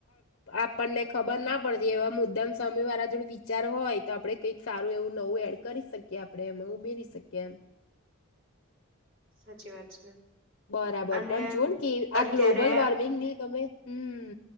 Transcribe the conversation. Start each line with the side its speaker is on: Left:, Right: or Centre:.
Left: આપણને ખબર ના પડતી એવા મુદ્દમ સમય વાળા જોડે વિચાર હોય તો આપડે કઈક સારું એવું નવું એડ કરી શકીએ આપણે એ ઉમેરી શકીએ એમ.
Right: સાચી વાત છે.
Left: બરાબર
Right: અને
Left: પણ જોને કે
Right: અત્યારે
Left: આ ગ્લોબલ વોર્મિંગની તમે હમ